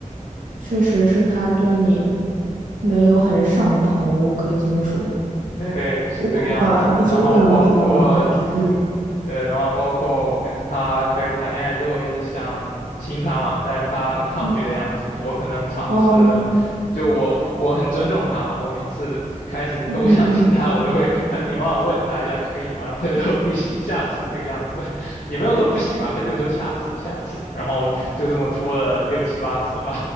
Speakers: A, on the right (about 75°); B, on the left (about 85°).
A: 确实是他对你没有很上头，可以这么说。
B: 对，是这个样子。
A: 我话就是我可能比较实际一点。
B: 然后包括，对，然后包括我跟他开始谈恋爱之后，一直想亲他嘛，但是他很抗拒的样子。
A: 嗯
B: 我可能尝试了，
A: 哦，
B: 就我我很尊重他嘛，我每次开始呃
A: 嗯嗯嗯，
B: <laughs> 我想亲他，我都会很礼貌的问他一下可以吗？然后他就说不行，下次这个样子，<laughs> 也没有说不行嘛，他就说下次下次，然后就这么拖了六七八次吧。